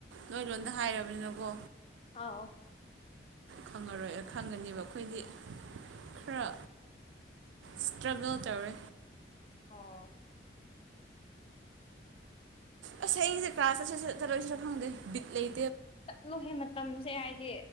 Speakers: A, on the right; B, on the left.
A: ꯅꯣꯏ ꯂꯣꯟꯗ
B: ꯎꯝ
A: ꯍꯥꯏꯔꯕꯅꯤꯅꯀꯣ
B: ꯑꯥꯎ
A: ꯈꯪꯉꯔꯣꯏ ꯈꯪꯒꯅꯦꯕ ꯑꯩꯈꯣꯏꯗꯤ ꯈꯔ ꯁꯇ꯭ꯔꯒꯜ ꯇꯧꯋꯦ
B: ꯑꯣ
A: ꯑꯁꯁꯦ ꯀꯥ ꯆꯠꯁꯦ ꯆꯠꯔꯣꯏ ꯁꯔ ꯈꯪꯗꯦ ꯕꯤꯠ ꯂꯩꯦ
B: ꯆꯠꯂꯨꯍꯦ ꯃꯇꯝꯁꯦ ꯍꯥꯏꯗꯤ